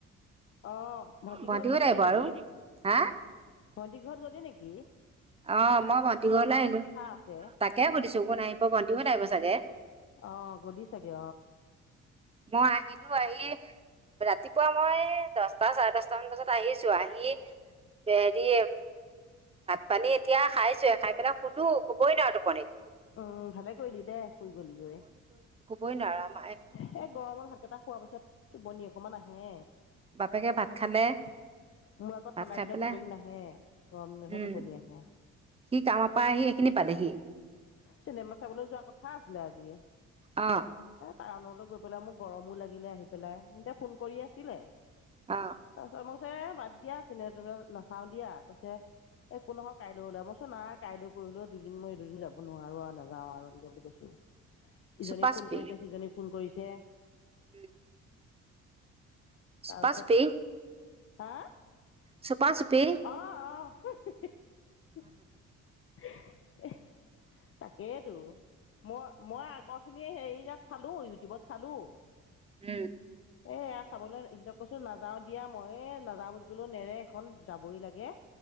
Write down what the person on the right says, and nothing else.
ভন্টিহঁত
আহিব
আৰু হা
অ, মই ভণ্টি ঘৰলৈ আহিলো
তাকে সুধিছো, কোন আহিব ভণ্টিহত আহিব চাগে।
মই আহিলো আহি। ৰাতিপুৱা মই দহ টা চাৰে দচটা মান বজাত আহিছো আহি হেৰি পানী এতিয়া খাইছোহে খাই পেলাই শুলো শুবই নোৱাৰো ত
বই নোৱাৰম।
বাপেকে ভাত খালে
ভাত
খাই
পেলাই
উম
সি কামৰ পৰা আহি সেইখিনি পালেহি।
অ।
অ
চুপা
চুপি
উম।
চুপা চুপি
চুপা চুপি
উম